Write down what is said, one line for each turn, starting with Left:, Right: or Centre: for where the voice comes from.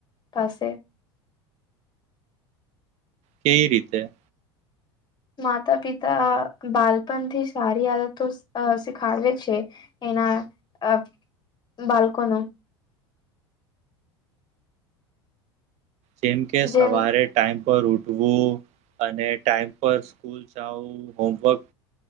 Left: થસે.
Right: કેવી રીતે.
Left: માતા પિતા બાળપણ થી સારી આદતો શીખાડવે છે. એના અ બાલકોનું.
Right: જેમ કે સવારે
Left: જેમ
Right: ટાઈમ પર ઉઠવું અને ટાઈમ પર સ્કૂલ જાવું હોમવર્ક